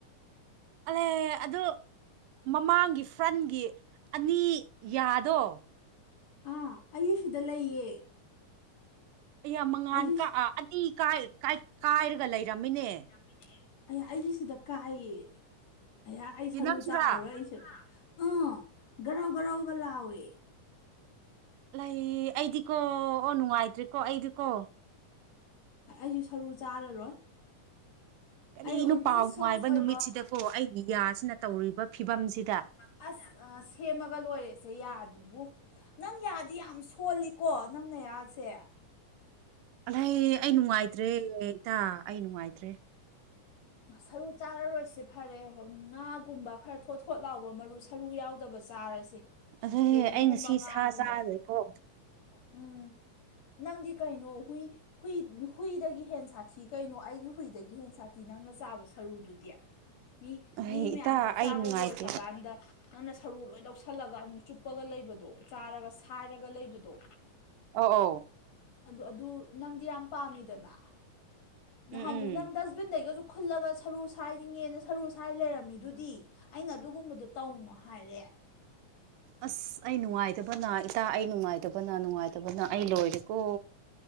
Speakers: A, on the right (about 80°); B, on the left (about 55°).
A: ꯑꯂꯦ ꯑꯗꯨ ꯃꯃꯥꯡꯒꯤ ꯐ꯭ꯔꯟꯒꯤ ꯑꯅꯤ ꯌꯥꯗꯣ
B: ꯑꯥ ꯑꯩꯌꯨꯛ ꯁꯤꯗ ꯂꯩꯌꯦ
A: ꯑꯩ ꯌꯥꯝ ꯃꯉꯥꯥꯟ
B: ꯑꯩꯁꯨ
A: ꯀ ꯑꯅꯤ ꯀꯥꯏꯔꯒ ꯂꯩꯔꯝꯃꯤꯅꯦ
B: ꯑꯩꯍꯥꯛ ꯑꯩꯁꯦ ꯁꯤꯗ ꯀꯥꯏꯑꯌꯦ ꯑꯩꯍꯥꯛ ꯑꯩ ꯁꯔꯨ
A: ꯏ ꯅꯪꯁꯨꯔꯥ
B: ꯆꯥꯔꯔꯣꯏ ꯑꯩ ꯑꯥ ꯒꯔꯧ ꯒꯔꯧꯒ ꯂꯥꯎꯋꯦ
A: ꯂꯩ ꯑꯩꯗꯤꯀꯣ ꯑꯣ ꯅꯨꯡꯉꯥꯏꯇ꯭ꯔꯤꯀꯣ ꯑꯩꯗꯤꯀꯣ
B: ꯑꯩꯁꯨ ꯁꯔꯨ ꯆꯥꯔꯔꯣꯏ
A: <unintelligible> ꯀꯔꯤꯅꯣ
B: ꯑꯩ ꯑꯣꯟꯂꯤ
A: ꯄꯥꯎ
B: ꯁꯣꯐ
A: ꯅꯨꯡꯉꯥꯏꯕ
B: ꯑꯣꯏꯕ
A: ꯅꯨꯃꯤꯠꯁꯤꯗꯀꯣ ꯑꯩꯒꯤ ꯌꯥꯁꯤꯅ ꯇꯧꯔꯤꯕ ꯐꯤꯕꯝꯁꯤꯗ
B: ꯑꯁ ꯁꯦꯝꯃꯒ ꯂꯣꯏꯔꯦꯁꯦ ꯌꯥꯗꯨꯕꯨ ꯅꯪ ꯌꯥꯗꯤ ꯌꯥꯝ ꯁꯣꯜꯂꯤ ꯀꯣ ꯅꯪꯅ ꯌꯥꯁꯦ
A: ꯑꯍꯩ ꯑꯩ ꯅꯨꯡꯉꯥꯏꯇ꯭ꯔꯦ ꯏꯇꯥ ꯑꯩ ꯅꯨꯡꯉꯥꯏꯇ꯭ꯔꯦ
B: ꯁꯔꯨ ꯆꯥꯔꯔꯣꯏꯁꯤ ꯐꯔꯦ ꯉꯥꯒꯨꯝꯕ ꯈꯔ ꯊꯣꯠ ꯊꯣꯠ ꯂꯥꯎꯕ ꯃꯔꯨ ꯁꯔꯨ ꯌꯥꯎꯗꯕ ꯆꯥꯔꯁꯦ
A: ꯑꯗꯩ
B: ꯌꯦꯔꯨꯝꯒꯨꯝꯕ
A: ꯑꯩ ꯉꯁꯤ
B: ꯉꯥꯒꯨꯝꯕ
A: ꯁꯥ ꯆꯥꯔꯦꯀꯣ
B: ꯎꯝ ꯅꯪꯗꯤ ꯀꯩꯅꯣ ꯍꯨꯏ ꯍꯨꯏ ꯍꯨꯏꯗꯒꯤ ꯍꯦꯟ ꯁꯥꯊꯤ ꯀꯩꯅꯣ ꯑꯩꯒꯤ ꯍꯨꯏꯗꯒꯤ ꯍꯦꯟ ꯁꯥꯊꯤ ꯇꯤ ꯅꯪꯅ ꯆꯥꯕ ꯁꯔꯨꯗꯨꯗꯤ ꯃꯤ
A: ꯑꯩ
B: ꯃꯤ ꯃꯌꯥꯝ
A: ꯏꯇꯥ
B: ꯆꯥꯛꯆꯥꯥꯕ
A: ꯑꯩ ꯅꯨꯡꯉꯥꯏꯇ꯭ꯔꯦ
B: ꯂꯣꯏꯈ꯭ꯔꯀꯥꯟꯗ ꯅꯪꯅ ꯁꯔꯨ ꯂꯣꯏ ꯂꯧꯁꯤꯜꯂꯒ ꯑꯃꯨꯛ ꯆꯨꯞꯄꯒ ꯂꯩꯕꯗꯣ ꯆꯥꯔꯒ ꯁꯥꯏꯔꯒ ꯂꯩꯕꯗꯣ
A: ꯑꯣ ꯑꯣ
B: ꯑꯗꯨ ꯑꯗꯨ ꯅꯪꯗꯤ ꯌꯥꯝ ꯄꯥꯝꯃꯤꯗꯅ ꯅꯍꯥꯟ
A: ꯎꯝ
B: ꯑꯃꯨꯛ
A: ꯎꯝ
B: ꯅꯪ ꯗꯁꯕꯤꯟꯗꯩꯒꯁꯨ ꯈꯨꯜꯂꯒ ꯁꯔꯨ ꯁꯥꯏꯗꯤ ꯌꯦꯦꯅ ꯁꯔꯨ ꯁꯥꯏ ꯂꯩꯔꯝꯃꯤꯗꯨꯗꯤ ꯑꯩꯅ ꯑꯗꯨꯒꯨꯝꯕꯗꯣ ꯇꯧꯅꯣ ꯍꯥꯏꯔꯦ
A: ꯑꯁ ꯑꯩ ꯅꯨꯡꯉꯥꯏꯇꯕꯅ ꯏꯇꯥ ꯑꯩ ꯅꯨꯡꯉꯥꯏꯇꯕꯅ ꯅꯨꯡꯉꯥꯏꯇ ꯑꯗꯨꯕꯨꯅ ꯑꯩ ꯂꯣꯏꯔꯦꯀꯣ